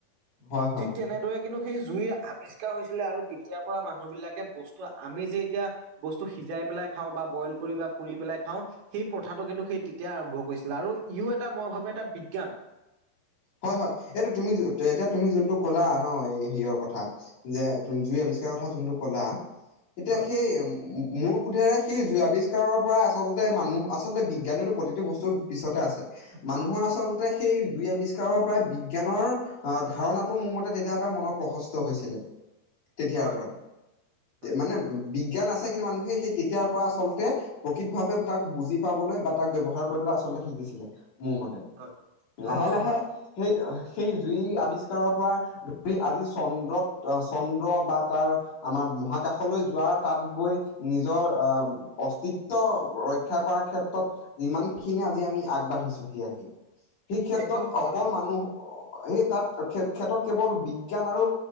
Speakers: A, on the left; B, on the right.
A: হয় হয়
B: ঠিক
A: হয়।
B: তেনেদৰে কিন্তু সেই জুই আৱিষ্কাৰ হৈছিলে আৰু তেতিয়াৰ পৰা মানুহ বিলাকে বস্তু আমি যে এতিয়া বস্তু সিজাই পেলাই খাওঁ বা বইল কৰি পুৰি পেলাই খাওঁ সেই প্ৰথাটো কিন্তু সেই তেতিয়া আৰম্ভ ক গৈছিলে আৰু ইও এটা মই ভাবো এটা বিজ্ঞান।
A: হয় হয় এইটো তুমি এতিয়া তুমি যোনটো কলা ন হেয়ৰ কথা যে জুই আ <unintelligible> কথা যোনটো কলা এতিয়া
B: হয়
A: সেই মো বোধে যে সেই জ আৱিষ্কাৰৰ পৰাই আচলতে মানুহ আচলতে বিজ্ঞানো প্ৰতিটো বস্তুৰ পিছতে আছে মানুহৰ আচলতে সেই জুই আৱিষ্কাৰ কাৰৰ পৰাই বিজ্ঞানৰ আহ ধাৰণাটো মোৰ মতে তেতিয়াৰ পৰাই মনত প্ৰশস্ত হৈছিলে। তেতিয়াৰ
B: হয়
A: পৰাই
B: হয়
A: মানে বিজ্ঞান আছে, কিন্তু মানুহে সেই তেতিয়াৰ পৰা আচলতে প্ৰকৃত ভাৱে তাক বুজি পাবলৈ বা তাক ব্যৱহাৰ কৰিব আচলতে শিকিছিলে, মোৰ মতে।
B: হয় হয়
A: লাহে
B: হয়
A: লাহে
B: হয়
A: সেই সেই জুই আৱিষ্কাৰৰ পৰা ধৰি আজি চন্দ্ৰত চন্দ্ৰ বা তাৰ আমাৰ মহাকাশলৈ যোৱা তাত গৈ নিজৰ আহ অস্তিত্ব ৰক্ষ ৰক্ষা কৰাৰ ক্ষেত্ৰত যিমানখিনি আজি আমি আগবাঢ়িছো সেই আহি। সেই ক্ষেত্ৰত
B: একদম সঁচা
A: অকল
B: কথা
A: মানুহ
B: কৈছা।
A: সেই তাত ক্ষেত্ৰত কেৱল বিজ্ঞান আৰু